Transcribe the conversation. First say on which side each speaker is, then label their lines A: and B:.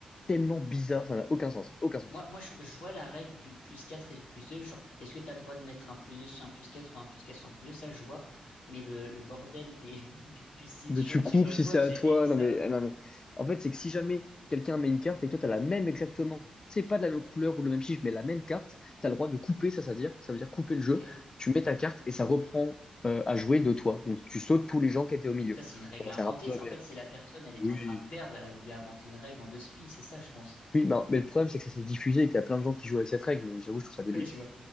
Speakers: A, on the left; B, on the left.
A: tellement bizarres, ça n'a aucun sens, aucun sens.
B: moi, moi, je, je vois la règle du plus 4 et du plus 2. genre, est-ce que tu as le droit de mettre un plus 2 sur un plus 4 ou un plus 4 sur un plus 2 ça, je vois. Mais le, le bordel des, <laughs> du plus 6
A: de
B: jaune,
A: tu
B: je
A: coupes
B: sais pas
A: si
B: quoi,
A: c'est
B: j'ai
A: à
B: jamais
A: toi.
B: vu ça.
A: Non mais, non mais, en fait, c'est que si jamais quelqu'un met une carte et que toi, t'as la même exactement, c'est pas de la même couleur ou le même chiffre, mais la même carte, t'as le droit de couper, ça, ça veut dire, ça veut dire couper le jeu.
B: Ok?
A: Tu mets ta carte et ça reprend euh, à jouer de toi. Donc, tu sautes tous les gens qui étaient au milieu.
B: Ça, c'est une règle
A: Bon,
B: inventée.
A: c'est un peu aberrant.
B: En fait, c'est la personne, elle est
A: Oui.
B: en train de perdre, elle a voulu inventer une règle en deux spies, c'est ça, je pense.
A: Oui, bah, mais le problème, c'est que ça s'est diffusé et qu'il y a plein de gens qui jouent avec cette règle, mais j'avoue, je trouve
B: <laughs>
A: ça débile.
B: Ouais, je vois.